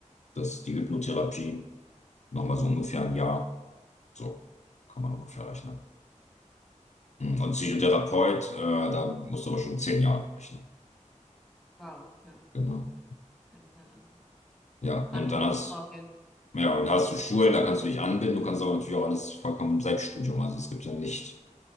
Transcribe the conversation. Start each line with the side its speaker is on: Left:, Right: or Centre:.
Left: das, die Hypnotherapie, nochmal so ungefähr
Centre: Mhm.
Left: ein Jahr. So kann man ungefähr rechnen. Mhm. Und Psychotherapeut, äh, da musst du aber schon zehn Jahre rechnen.
Centre: Wow, ja.
Left: Genau.
Centre: Ja, das ist eine andere.
Left: Ja,
Centre: Andere
Left: und dann hast,
Centre: Nummer auf jeden Fall.
Left: ja, und hast du Schulen, da kannst du dich anbinden, du kannst aber natürlich auch alles vollkommen im Selbststudium. Also es gibt ja nicht,